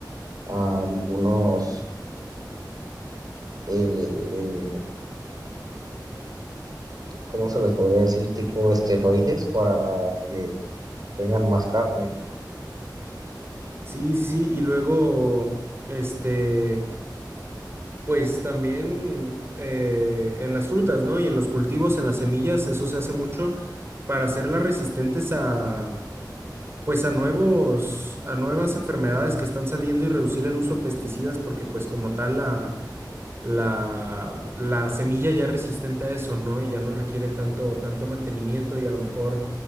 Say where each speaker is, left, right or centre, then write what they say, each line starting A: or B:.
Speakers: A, on the right; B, on the right.
A: algunos, eh, eh, ¿cómo se les podría decir? Tipo esteroides para que tengan más carne.
B: Sí, sí, sí. Y luego, este, pues también eh, en las frutas, ¿no? Y en los cultivos, en las semillas, eso se hace mucho para hacerlas resistentes a, pues a nuevos, a nuevas enfermedades que están saliendo y reducir el uso de pesticidas, porque pues como tal la la, la semilla ya es resistente a eso, ¿no? Y ya no requiere tanto, tanto mantenimiento y a lo mejor